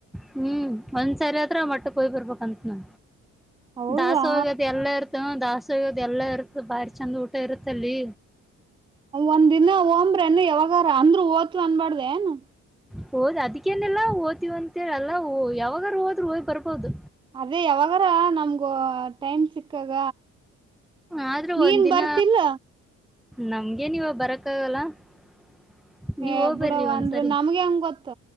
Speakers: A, in the centre; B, on the right.
A: ಹ್ಮ್ ಒಂದ್ಸರಿ ಆದ್ರೂ ಆ ಮಟ್ಟಕ್ ಹೋಗಿ ಬರ್ಬೇಕಂತ ನಾ.
B: ಹೌದಾ
A: ದಾಸೊಗ್ ಅದು ಎಲ್ಲಾ ಇರ್ತ ಹ ದಾಸೊಗ್ ಅದು ಎಲ್ಲಾ ಇರ್ತ ಬಾರಿ ಚೆಂದ ಊಟ ಇರುತ್ತಲ್ಲಿ.
B: ಒಂದ ದಿನ ಹೊಂಬ್ರಮ್ ಏನ್ರೀ ಯಾವಾಗಾರ ಅಂದ್ರೂ ಹೋತಿವ್ ಅನ್ಬಾರದ ಏನ್.
A: ಹೋದ್ ಅದಕ್ಕೇನೆಲ್ಲ ಹೋತಿವ್ ಅಂತ್ ಹೇಳಲ್ಲಾ ಯಾವಾಗಾರೂ ಹೋದ್ರು ಹೋಗ್ ಬರ್ಬೋದು.
B: ಅದೇ ಯಾವಾಗಾರ ನಮ್ಗ ಟೈಮ್ ಸಿಕ್ಕಾಗ
A: ಆದ್ರೂ
B: ನೀನ್
A: ಒಂದ ದಿನ
B: ಬರ್ತಿಲ್ಲ
A: ನಮ್ಗೆನ್ ಇವಾಗ ಬರಕ್ಕಾಗಲ್ಲಾ. <inaudible> ನೀವ
B: ಏ
A: ಹೋಗ್ಬರ್ರಿ
B: ಬಿಡವ
A: ಒಂದ್ಸರಿ
B: ಅಂದ್ರ ನಮ್ಗೆ ಹೆಂಗ ಗೊತ್ತ